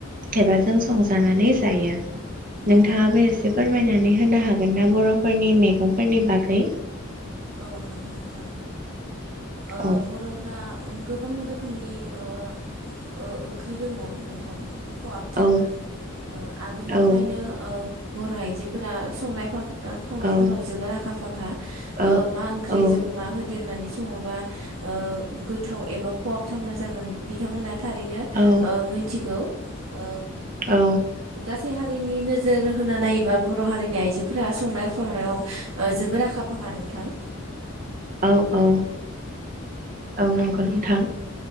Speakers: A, on the right; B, on the right.
A: <unintelligible> जों संजानानै जायो। नोंथाङाबो
B: औ
A: एसे फोरमायनानै होनो हागोन ना बर'फोरनि मैगंफोरनि बागै?
B: औ हागोन नोंथां। ओ
A: औ
B: बर'फ्रा ओं गोबां रोखोमनि ओ ओ ओंख्रि दङ नोंथां। खहाबथावना
A: औ
B: ओ आगोलनिफ्रायनो
A: औ
B: ओ बर' आइजोफोरा संनाय <unintelligible> ओ खावनायफोराव
A: औ
B: जोबोर आखा फाखा।
A: औ
B: ओ मा ओंख्रिजों
A: औ
B: मा होदेरनानै सं सङोबा ओ गोथाव एबा खहाब थावना जागोन बिथांमोना थारैनो
A: औ
B: ओ मोनथिगौ ओ
A: औ
B: गास सै हारिनि नोजोर होना नायोबा बर' हारिनि आइजोफोरा संनाय फांनायाव ओ जोबोर आखा फाखा नों थां।
A: औ औ औ नंगौ नोंथां।